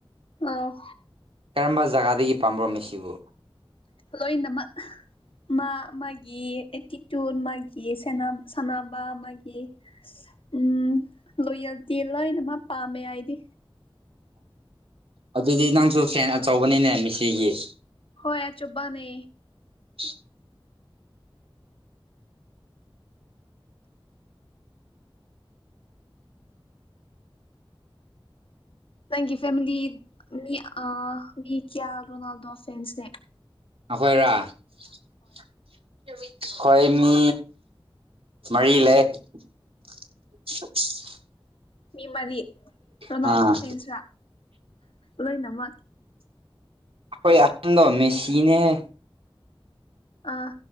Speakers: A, on the left; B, on the right.
A: ꯑꯧ
B: ꯀꯔꯝꯕ ꯖꯒꯥꯗꯒꯤ ꯄꯥꯝꯕ꯭ꯔꯣ ꯃꯦꯁꯤꯕꯨ
A: ꯂꯣꯏꯅꯃꯛ ꯃꯥ ꯃꯥꯒꯤ ꯑꯦꯇꯤꯇꯨꯠ ꯃꯥꯒꯤ ꯁꯦꯟꯅ ꯁꯥꯟꯅꯕ ꯃꯥꯒꯤ ꯎꯝ ꯂꯣꯏꯌꯦꯜꯇꯤ ꯂꯣꯏꯅꯃꯛ ꯄꯥꯝꯃꯦ ꯑꯩꯗꯤ
B: ꯑꯗꯨꯗꯤ ꯅꯪꯁꯨ ꯐꯦꯟ ꯑꯆꯧꯕꯅꯤꯅꯦ ꯃꯤꯁꯤꯒꯤ
A: ꯍꯣꯏ ꯑꯆꯧꯕꯅꯦ
B: <inaudible>
A: ꯅꯪꯒꯤ ꯐꯦꯃꯤꯂꯤ ꯃꯤ ꯑꯥ ꯃꯤ ꯀꯌꯥꯕꯨꯅꯣ ꯗꯣ ꯐꯦꯟꯁꯦ
B: ꯑꯩꯈꯣꯏꯔ ꯑꯩꯈꯣꯏ ꯃꯤ ꯃꯔꯤ ꯂꯩ <unintelligible>
A: ꯃꯤ ꯃꯔꯤ ꯔꯣꯅꯥꯜꯗꯣ
B: ꯑꯥ
A: ꯐꯦꯟꯁꯔ ꯂꯣꯏꯅꯃꯛ
B: ꯑꯈꯣꯏ ꯑꯍꯟꯗꯣ ꯃꯦꯁꯤꯅꯦ ꯍꯦ
A: ꯑꯥ